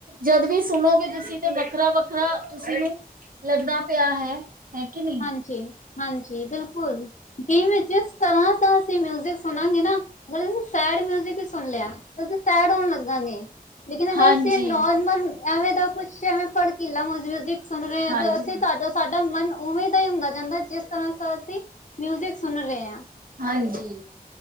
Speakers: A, on the right; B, on the left.
A: ਜਦ ਵੀ ਸੁਣੋਗੇ ਤੁਸੀਂ ਤੇ ਵੱਖਰਾ-ਵੱਖਰਾ ਤੁਸੀਂ ਨੂੰ ਲੱਗਦਾ ਪਿਆ ਹੈ। ਹੈ ਕਿ ਨਹੀਂ
B: ਹਾਂਜੀ, ਹਾਂਜੀ, ਬਿਲਕੁਲ। ਜਿਵੇਂ ਜਿਸ ਤਰ੍ਹਾਂ ਦਾ ਅਸੀਂ ਮਿਊਜਿਕ ਸੁਣਾਂਗੇ ਨਾ ਅਗਰ ਅਸੀ ਸੈਡ ਮਿਊਜਿਕ ਈ ਸੁਨ ਲਿਆ ਤੇ ਅਸੀ ਸੈਡ ਹੋਨ ਲੱਗਾਂਗੇ ਲੇਕਿਨ ਅਗਰ
A: ਹਾਂਜੀ
B: ਅਸੀਂ ਨੋਰਮਲ ਐਵੇਂ ਦਾ ਕੁਛ ਐਵੇਂ ਭੜਕੀਲਾ ਮਿਉਜ਼ਿਕ ਸੁਣ ਰੇ ਆ
A: ਹਾਂਜੀ,
B: ਤੇ ਅਸੀਂ ਤੁਆਡਾ ਸਾਡਾ ਮਨ ਓਵੇਂ ਦਾ ਈ ਹੁੰਦਾ ਜਾਂਦਾ ਜਿਸ ਤਰ੍ਹਾਂ ਸਾ ਅਸੀਂ ਮਿਊਜਿਕ ਸੁਨ ਰੇ ਆ।
A: ਹਾਂਜੀ।